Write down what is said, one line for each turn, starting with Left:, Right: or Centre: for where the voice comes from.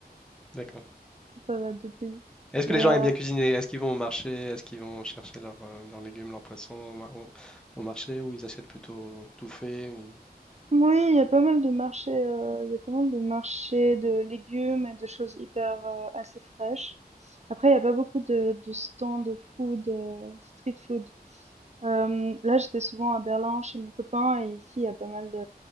Centre: d'accord.
Right: comparé à d'autres pays,
Centre: Est-ce
Right: mais,
Centre: que les gens
Right: heu
Centre: aiment bien cuisiner? Est-ce qu'ils vont au marché? Est-ce qu'ils vont chercher leurs euh, leurs légumes, leurs poissons au, ma- au- au marché ou ils achètent plutôt tout fait ou...
Right: Oui, il y a pas mal de marchés, euh, il y a pas mal de marchés de légumes et de choses hyper euh, assez fraîches. Après, il y a pas beaucoup de, de stands de food, euh, street food. Euh, là, j'étais souvent à Berlin chez mon copain et ici, il y a pas mal de,